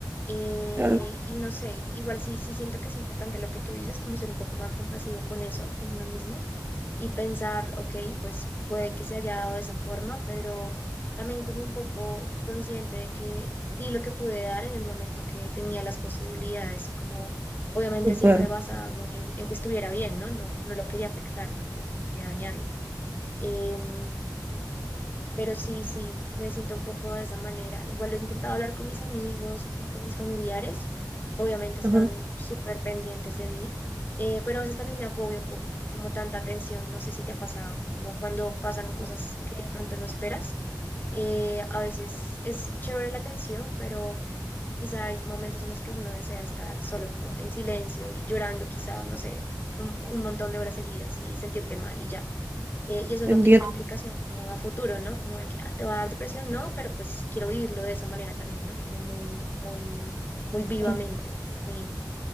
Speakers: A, on the left (about 25°); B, on the right (about 30°).
A: Eh,
B: Claro,
A: y no sé, igual sí, sí siento que es importante lo que tú dices, como ser un poco más compasivo con eso, con uno mismo y pensar, ok, pues puede que se haya dado de esa forma, pero también como un poco consciente de que di lo que pude dar en el momento que tenía las posibilidades y como obviamente
B: súper.
A: siempre basada muy en, en que estuviera bien, ¿no? No, no lo quería afectar tampoco, no quería dañarlo. Em, pero sí, sí, me siento un poco de esa manera. Igual lo he intentado hablar con mis amigos y como con mis familiares. Obviamente están
B: Ajá,
A: súper pendientes de mí, eh, pero a veces también me agobia un poco, como tanta atención. No sé si te ha pasado, como cuando pasan cosas que de pronto no esperas. Eh, a veces es chévere la atención, pero quizá hay momentos en los que uno desea estar solo como en silencio y llorando quizá, no sé, un, un montón de horas seguidas y sentirte mal y ya eh, y eso
B: entiendo.
A: no tiene una implicación como a futuro, ¿no? Como de que ah, te va a dar depresión, no, pero pues quiero vivirlo de esa manera también, ¿no? Como muy, muy, muy vivamente,
B: claro.
A: muy